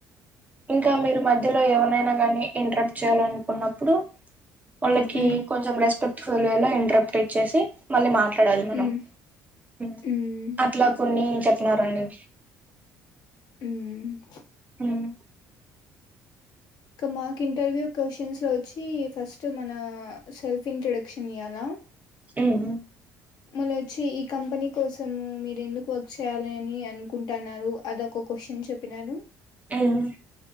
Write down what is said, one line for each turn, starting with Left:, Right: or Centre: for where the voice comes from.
Right: ఇంకా మీరు, మధ్యలో ఎవరినైనా కానీ, ఇంటరప్ట్ చేయాలనుకున్నప్పుడు? వాళ్లకి
Left: హ్మ్
Right: కొంచెం, రెస్పెక్ట్! ఒకవేళ ఇంటరప్ట్ ఇచ్చేసి, మళ్లీ మాట. మాట్లాడాలి
Left: హ్మ్
Right: మనం. హ్మ్మ్,
Left: హ్మ్
Right: అట్లా కొని? చెప్పినారండి.
Left: ఉమ్మ్.
Right: ఉమ్
Left: కా మాక్ ఇంటర్వ్యూ క్వశ్చన్స్ లో వచ్చి, ఫస్ట్ మన సెల్ఫ్ ఇంట్రడక్షన్ ఇయ్యాల.
Right: హ్మ్మ్.
Left: మల్ల వచ్చి, ఈ కంపెనీ కోసము మీరు ఎందుకు వర్క్ చేయాలని అనుకుంటున్నారు? అది ఒక క్వశ్చన్ చెప్పినాను.
Right: హ్మ్మ్.